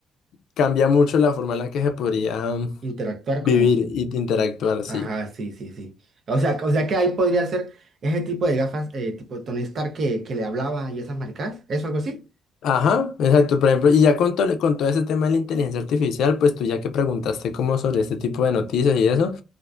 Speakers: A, on the left; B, on the right.
A: cambia mucho la forma en la que se podría mm,
B: Interactuar
A: vivir
B: como...
A: y interactuar, sí.
B: Ajá, sí, sí, sí. O sea, o sea que ahí podría ser ese tipo de gafas, eh, tipo Tony Stark que, que le hablaba y esas maricadas. ¿Eso algo así?
A: Ajá, exacto, por ejemplo, y ya con, to- con todo ese tema de la inteligencia artificial, pues tú ya que preguntaste como sobre este tipo de noticias y eso, o